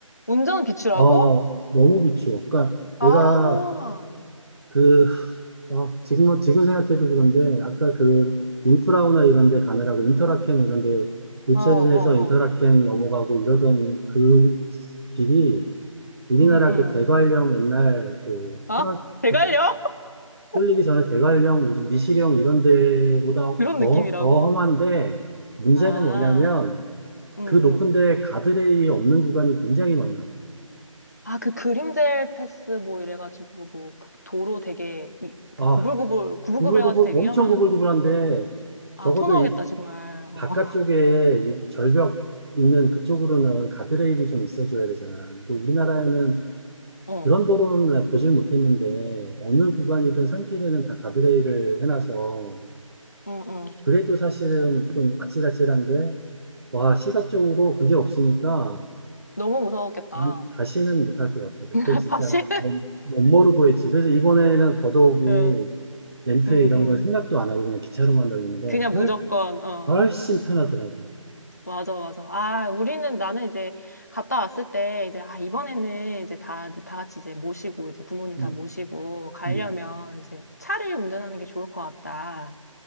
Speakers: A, on the left (about 30°); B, on the right (about 50°).
A: 운전 비추라고?
B: 어, 너무 비추. 그러니까
A: 아,
B: 내가
A: 어,
B: 그, 어, 지금, 지금 생각해도 그런데 아까 그 윈프라우나 이런 데 가느라고 인터라켄 이런 데 유채림에서
A: 어, 어.
B: 인터라켄 넘어가고 이러던 그 길이 우리나라
A: 음, 음.
B: 그 대관령 옛날 그
A: 아,
B: 터널,
A: 대갈려?
B: 어,
A: <laughs>
B: 뚫리기 전에 대관령 무슨 미시령 이런 데보다
A: 그런
B: 더,
A: 느낌이라고?
B: 더 험한데 문제는
A: 아,
B: 뭐냐면
A: 응,
B: 그 높은
A: 응.
B: 데 가드레일이 없는 구간이 굉장히 많아.
A: 아, 그 그림젤 패스 뭐 이래가지고 뭐 그 도로 되게 위, 그
B: 아,
A: 고불고불 구불구불
B: 구불구불,
A: 해가지고 되게
B: 엄청
A: 위험한
B: 구불구불한데,
A: 아,
B: 적어도
A: 아, 토 나오겠다,
B: 이
A: 정말.
B: 바깥쪽에
A: 어.
B: 이 절벽 있는 그쪽으로는 가드레일이 좀 있어줘야 되잖아. 그 우리나라에는
A: 어.
B: 그런 도로는 나 보질 못했는데, 어느 구간이든 산길에는 다 가드레일을 해놔서,
A: 응, 응.
B: 그래도 사실은 좀 아찔아찔한데, 와, 시각적으로 그게 없으니까,
A: 너무 무서웠겠다.
B: 난 다시는 못할 것 같아. 그때
A: <laughs>
B: 진짜
A: 다시?
B: 못, 못 모르고 했지. 그래서 이번에는 더더욱이
A: 응,
B: 렌트
A: 응,
B: 이런
A: 응.
B: 걸 생각도 안 하고 그냥 기차로만 다녔는데
A: 그냥 무조건, 어.
B: 훨씬 편하더라고.
A: 맞아, 맞아. 아, 우리는, 나는 이제 갔다 왔을 때, 이제, 아, 이번에는 이제 다, 다 같이 이제 모시고, 이제 부모님
B: 음,
A: 다 모시고, 가려면
B: 음,
A: 이제 차를 운전하는 게 좋을 것 같다.